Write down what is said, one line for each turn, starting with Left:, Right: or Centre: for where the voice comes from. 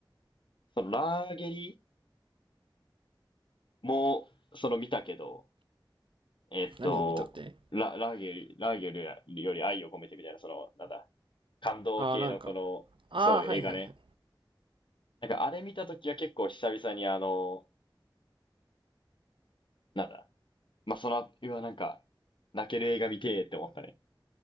Left: その、ラーゲリも、その見たけど、えっと、
Right: 何を見たって
Left: ラ、ラーゲル、ラーゲルよりより愛を込めてみたいな、その、なんだ、感動系のこの、
Right: ああ、なんか。ああ、
Left: そう、映画ね。
Right: はいはいはい。い
Left: なんかあれ見たときは結構久々にあの、なんだ、まあ、その、うわ、なんか、泣ける映画見てーって思ったね。